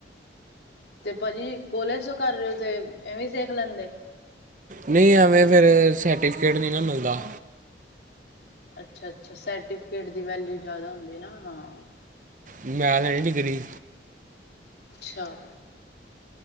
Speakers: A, on the left (about 65°); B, on the right (about 45°).
A: ਤੇ ਭਾਜੀ ਕੋਲੇਜ ਤੋ ਕਰ ਰਹੇ ਹੋ ਤੇ ਇਵੇ ਸਿੱਖ ਲੈਦੇ
B: ਨਹੀ ਐਵੇ ਫਿਰ ਸਰਟੀਫਿਕੇਟ ਨਹੀ ਨਾ ਮਿਲਦਾ
A: ਅਛਾ ਅਛਾ ਸਰਟੀਫਿਕੇਟ ਦੀ ਵੈਲਿਊ ਜ਼ਿਆਦਾ ਹੁੰਦੀ ਨਾ ਹਾਂ
B: ਮੈ ਤਾਂ ਹ ਨ ਡਿੱਗਰੀ-
A: ਅਛਾ-